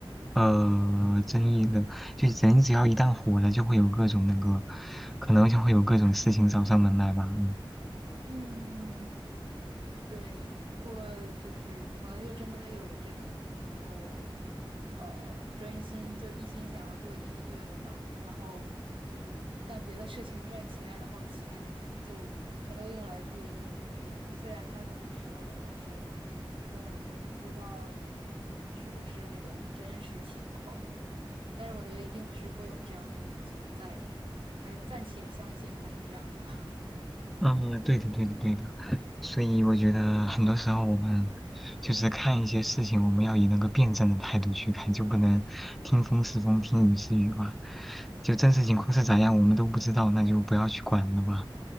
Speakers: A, in the centre; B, on the right.
A: 呃，争议的，就人只要一旦火了，就会有各种那个，可能就会有各种事情找上门来吧。嗯
B: 嗯，对，不过就是可能就真的有这种就，呃，专心就一心想要做音乐的吧，然后就干别的事情赚钱，然后钱就全都用来做音乐。就虽然他是这么说的，但是，呃，也不知道就是是不是那种真实情况，但是我觉得一定是会有这样的人存在的，那就暂且相信他是这样的吧。<laughs>
A: 嗯，对的，对的，对的。所以我觉得很多时候我们就是看一些事情，我们要以那个辩证的态度去看，就不能听风是风，听雨是雨吧。就真实情况是咋样，我们都不知道，那就不要去管了吧。